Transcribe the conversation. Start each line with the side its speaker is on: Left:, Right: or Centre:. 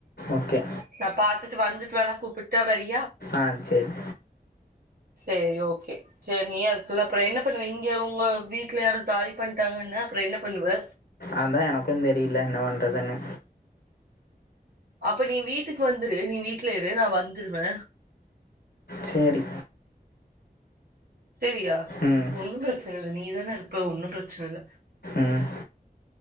Left: ஓகே
Right: நா பாத்துட் வந்துட்டு வேணா கூப்புட்டா வரி
Left: ஆஹ் சேரி
Right: சேரி ஓக் கே சேரி நீயே அதுக்குள்ள அப்ற என்ன பண்ணுவ இங்க ஒங்க வீட்ல யாரு தாழ் பண்ட்டாங்ன்னா அப்ற என்ன பண்ணுவ
Left: அதா எனக்கு தெரியல என்ன பண்றதுன்னு
Right: அப்ப நீ வீட்டுக்கு வந்துரு நீ வீட்ல இரு நா வந்துருவே
Left: சேரி
Right: தேரியா
Left: ம்
Right: ஒன்னு பிரச்ன இல்ல நீதான இருப்ப ஒன்னு பிரச்ன இல்ல
Left: ம்